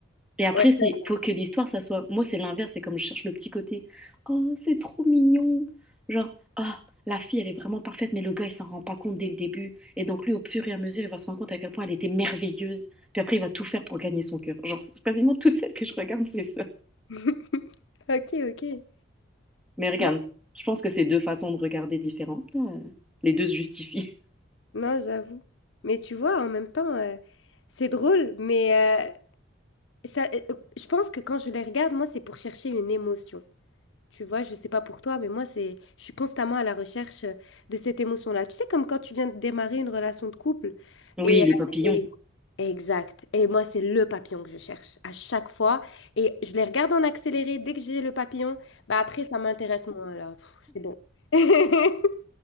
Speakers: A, in the centre; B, on the left.
A: Et après,
B: Ouais,
A: c'est
B: ça-
A: faut que l'histoire, ça soit. Moi, c'est l'inverse, c'est comme je cherche le petit côté. Oh, c'est trop mignon. Genre, ah, la fille, elle est vraiment parfaite, mais le gars, il s'en rend pas compte dès le début. Et donc, lui, au fur et à mesure, il va se rendre compte à quel point elle était merveilleuse. Puis après, il va tout faire pour gagner son cœur. Genre, c'est quasiment toutes celles que je regarde, c'est ça.
B: <laughs> Ok, ok.
A: Mais regarde,
B: Non,
A: je pense que c'est deux façons de regarder différentes, là. Les deux se justifient. <laughs>
B: non, j'avoue. Mais tu vois, en même temps, euh, c'est drôle, mais euh, ça, euh, je pense que quand je les regarde, moi, c'est pour chercher une émotion. Tu vois, je sais pas pour toi, mais moi, c'est, je suis constamment à la recherche euh, de cette émotion-là. Tu sais, comme quand tu viens de démarrer une relation de couple.
A: Oui,
B: Et,
A: les
B: euh,
A: papillons.
B: et- exact. Et moi, c'est le papillon que je cherche à chaque fois. Et je les regarde en accéléré. Dès que j'ai le papillon, bah après, ça m'intéresse moins, là. Pff, c'est bon. <laughs>